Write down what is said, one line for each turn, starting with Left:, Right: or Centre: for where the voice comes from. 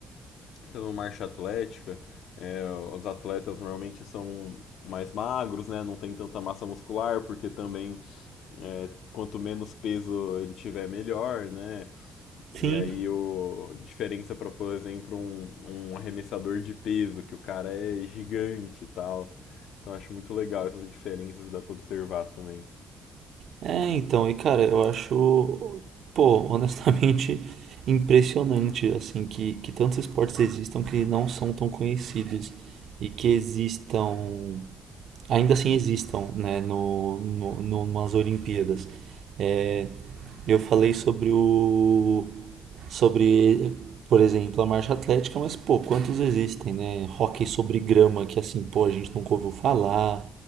Left: Então, marcha atlética, é, os atletas normalmente são mais magros, né? Não tem tanta massa muscular, porque também é, quanto menos peso ele tiver, melhor, né?
Right: Sim.
Left: E aí o a diferença para, por exemplo, um, um arremessador de peso, que o cara é gigante e tal. Então acho muito legal essas diferenças que dá para observar também.
Right: É, então, e cara, eu acho, pô, honestamente impressionante assim que que tantos esportes existam que não são tão conhecidos e que existam ainda assim existam, né, no, no, numas Olimpíadas. É, eu falei sobre o, sobre, por exemplo, a marcha atlética, mas pô, quantos existem, né? Hóquei sobre grama, que assim, pô, a gente nunca ouviu falar.